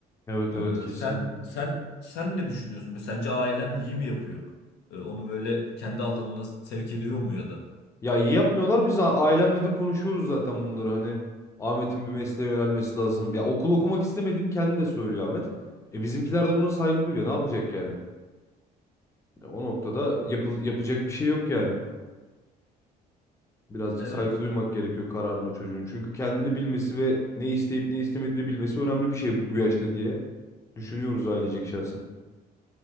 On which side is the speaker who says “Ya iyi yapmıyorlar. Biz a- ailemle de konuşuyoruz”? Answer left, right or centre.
Left